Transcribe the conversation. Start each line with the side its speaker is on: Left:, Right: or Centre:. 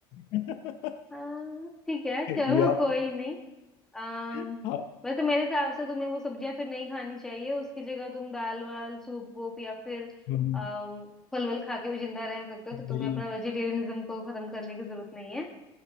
Left: <laughs>
Centre: हाँ, ठीक है चलो
Left: या
Centre: कोई
Left: फिर
Centre: नहीं आम,
Left: हाँ,
Centre: वैसे मेरे हिसाब से तुम्हें वो सब्जियां फिर नहीं खानी चाहिए उसकी जगह तुम दाल वाल सूप वूप या फिर
Left: हम्म,
Centre: अम, फल वल खा के भी जिंदा रह सकते हो तो तुम्हें
Left: मेरी
Centre: अपना वेजिटेरियनिज्म को खत्म करने की जरूरत नहीं है